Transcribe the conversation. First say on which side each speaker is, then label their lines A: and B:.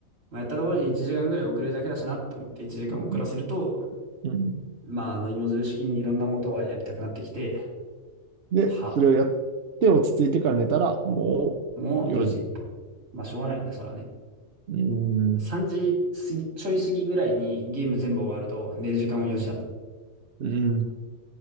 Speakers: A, on the right (about 85°); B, on the right (about 60°).
A: まあ、やったところで1時間ぐらい遅れるだけだしなって思って1時間遅らせると、
B: う。うん、うん。
A: まあ、あの芋づる式にいろんなことがやりたくなってきて、
B: で、
A: はあ、
B: それをやって、落ち着いてから寝たら、もう、
A: もう4時。
B: 4時。
A: まあ、しょうがないね、そらね。
B: うん、
A: 3時過ぎ、ちょい過ぎぐらいにゲーム全部終わると寝る時間も4時だもん。
B: うん。